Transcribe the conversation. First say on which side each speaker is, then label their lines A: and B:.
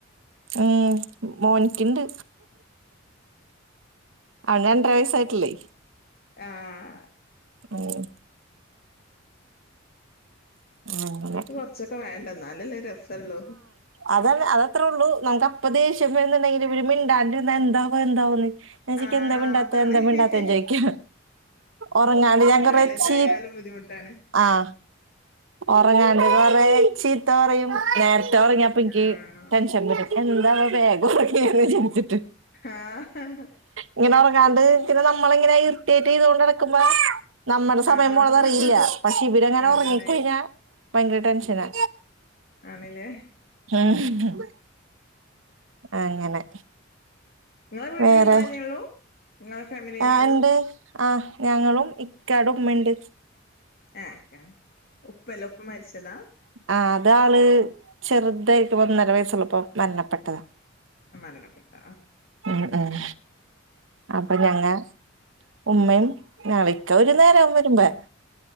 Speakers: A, on the right (about 75°); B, on the left (about 50°).
A: ഉം മോ ന്ക്ക്ണ്ട് അവന് രണ്ടര വയസായിട്ടില്ലേ
B: ആഹ്
A: ആഹ് അങ്ങനെ
B: കൊറച്ചൊക്കെ വേണ്ട എന്നാലല്ലേ രസള്ളോ
A: അത അത അത്രേ ഉള്ളു നമുക്ക് അപ്പ ദേഷ്യം വരുന്നുണ്ടെങ്കിൽ ഇര് മിണ്ടാണ്ടിരുന്ന എന്താവോ എന്താന്ന് മ്മച്ചിക്ക്
B: ആ
A: എന്താമിണ്ടാത്ത
B: അതാണ്
A: എന്താ മിണ്ടാത്ത ചോയിക്ക ഉറങ്ങാണ്ട് ഞാൻ
B: സൈലന്റ്
A: കുറച്ചീ
B: ആയാലും ബുദ്ധിമുട്ടാണ്
A: ആഹ് ഉറങ്ങാണ്ട വറെ ചീത്ത പറയും നേരത്തെ ഉറങ്ങിയപ്പ ഇക്ക്
B: ആഹ്
A: ടെൻഷൻ വരും എന്താണ വേഗം ഉറങ്ങിയത് ചിന്തിച്ചിട്ട്
B: ആഹ്
A: ഇങ്ങനെ ഉറങ്ങാണ്ട് പിന്നെ നമ്മള എങ്ങനെ ഇർട്ടേറ്റ് ചെയ്ത കൊണ്ട് നടക്കുമ്പോ നമ്മുടെ സമയം
B: ആഹ്
A: പോണതറിയില്ല പക്ഷ ഇവരങ്ങാൻ
B: അതാണ്
A: ഉറങ്ങിക്കഴിഞ്ഞാ ഭയങ്കര ടെൻഷനാ
B: ആണ്ല്ലേ
A: മ്മ്ഹ് അങ്ങനെ
B: ഇങ്ങളെ വീട്ടില്
A: വേറെ
B: ഇങ്ങളെന്നെ ഒള്ളൂ ഇങ്ങളെ ഫാമിലിയെന്നെ
A: ആഹ്
B: ഒള്ളൂ
A: ണ്ട് ആഹ് ഞങ്ങളും ഇക്കാട ഉമ്മ ഉണ്ട്
B: ആഹ് ഉപ്പല്ല ഉപ്പ മരിച്ചതാ
A: ആഹ് അത് ആള് ചെറുതായിരിക്കും ഒന്നര വയസ്സുള്ളപ്പോ മരണപ്പെട്ടതാ
B: മരണപ്പെട്ട
A: ഉം ഉം അപ്പൊ ഞങ്ങ ഉമ്മയും നാളിക്ക ഒരു നേരം വരുമ്പോ